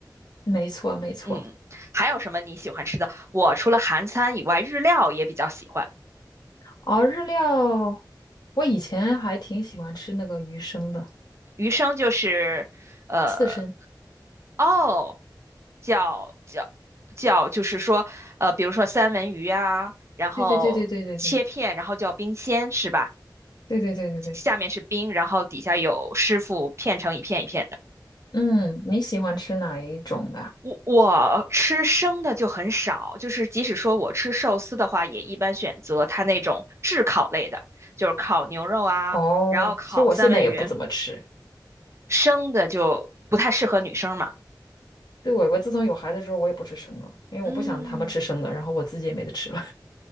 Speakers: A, on the left (about 65°); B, on the right (about 35°).
A: 没错没错。
B: 嗯，还有什么你喜欢吃的？我除了韩餐以外，日料也比较喜欢。
A: 哦，日料，我以前还挺喜欢吃那个鱼生的
B: 余生就是，呃，
A: 刺身。
B: 哦。叫叫叫，就是说，呃，比如说三文鱼啊，然后切片，
A: 对对对对对对对
B: 然后叫冰鲜，是吧？
A: 对对对对对
B: 下面是冰，然后底下有师傅片成一片一片的。
A: 嗯，你喜欢吃哪一种的？
B: 我我吃生的就很少，就是即使说我吃寿司的话，也一般选择它那种炙烤类的，就是烤牛肉啊，
A: 哦，
B: 然后烤三文鱼，
A: 其实我现在也不怎么吃。
B: 生的就不太适合女生嘛。
A: 对，我我自从有孩子之后，我也不吃生的了，因为我不想他们吃生的，
B: 嗯。
A: 然后我自己也没得吃了。